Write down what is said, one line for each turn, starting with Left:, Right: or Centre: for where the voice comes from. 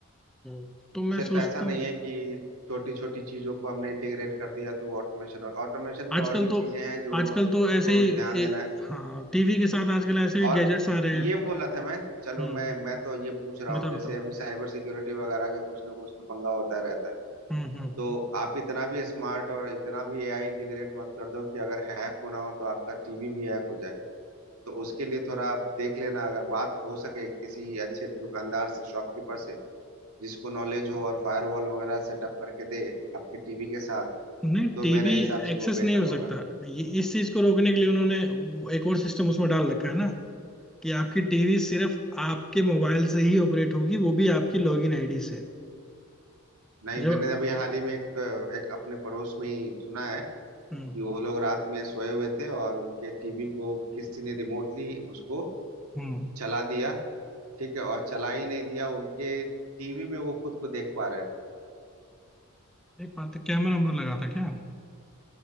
Centre: हम्म। तो मैं
Right: सिर्फ
Centre: सोचता
Right: ऐसा नहीं
Centre: हूँ
Right: है कि छोटी छोटी चीजों को हमने इंटीग्रेट कर दिया तो ऑटोमेशन होगा ऑटोमेशन
Centre: आजकल
Right: में और भी
Centre: तो
Right: चीजें हैं जो
Centre: आजकल
Right: आपको
Centre: तो ऐसे ही
Right: ध्यान देना
Centre: ए,
Right: है
Centre: हाँ टीवी के साथ आजकल ऐसे भी
Right: और
Centre: गैजेट्स आ रहे
Right: ये
Centre: हैं
Right: बोला था मैं चलो
Centre: हम्म
Right: मैं मैं तो ये पूछ रहा
Centre: बताओ
Right: हूँ जैसे
Centre: बताओ
Right: अभी साइबर सिक्योरिटी वगैरह का कुछ ना कुछ तो पंगा होता रहता है
Centre: हम्म हम्म
Right: तो आप इतना भी स्मार्ट और इतना भी एआई इंटीग्रेट मत कर दो कि अगर हैक होना हो तो आपका टीवी भी हैक हो जाए तो उसके लिए थोड़ा आप देख लेना अगर बात हो सके किसी अच्छे दुकानदार से शॉपकीपर से जिसको नॉलेज हो और फायरवॉल वगैरह सेटअप करके दे आपके टीवी के साथ
Centre: नहीं
Right: तो
Centre: टीवी
Right: मेरे हिसाब से
Centre: एक्सेस
Right: वो बेहतर
Centre: नहीं हो
Right: होगा
Centre: सकता ये इस चीज को रोकने के लिए उन्होंने एक और सिस्टम उसमें डाल रखा है ना कि आपकी टीवी सिर्फ आपके मोबाइल से ही ऑपरेट होगी वो भी आपकी लॉगिन आईडी से
Right: नहीं
Centre: जब
Right: मैंने अभी हाल ही में एक एक अपने पड़ोस में ही सुना है
Centre: हम्म
Right: कि वो लोग रात में सोए हुए थे और उनके टीवी को किसी ने रिमोटली उसको
Centre: हम्म
Right: चला दिया ठीक है और चला ही नहीं दिया उनके टीवी में वो खुद को देख पा रहे थे
Centre: एक बात है कैमरा वैमरा लगा था क्या